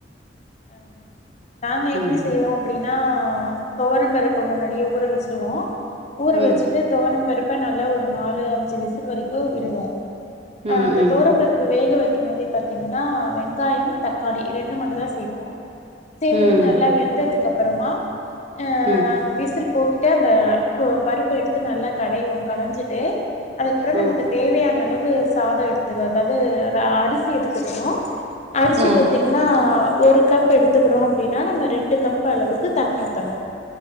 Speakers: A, on the left; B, on the right.
A: அ அ நாங்க
B: ம்
A: எப்டி செய்வோ எப்டின்னா துவரம்பருப்பு முன்னாடியே ஊற வெச்சிருவோ ஊற
B: ம்
A: வெச்சி ட்டு துவரம்பருப்ப நல்லா ஒரு நாலு அஞ்சி விசில் வரைக்கு விடுவோ
B: ம்
A: அ அந்த
B: ம்
A: துவரம்பருப்பு வேக வைக்கும் போதே பாத்தீங்கன்னா வெங்காயம் தக்காளி ரெண்டு மட்டு தா சேப் போ சேத்துட்டு
B: ம்
A: நல்லா வெந்ததுக்கு அப்றமா அ
B: ம்
A: நாங்க விசில் போக்கிட்டு அந்த கோ பருப்ப எடுத்து நல்லா கடைவோ கடஞ்சிட்டு அதுக்கப்றௌ
B: ம்
A: நமக்கு தேவையான அளவு சாதோ எடுத்துக்கோ அதாவது அரிசி எடுத்துக்கணு அரிசி
B: ம்
A: பாத்தி ங்னா ஒரு கப் எடுத்துக்கறோ அப்டின்னா நம்ம ரெண்டு கப் அளவுக்கு தண்ணி ஊத்தணு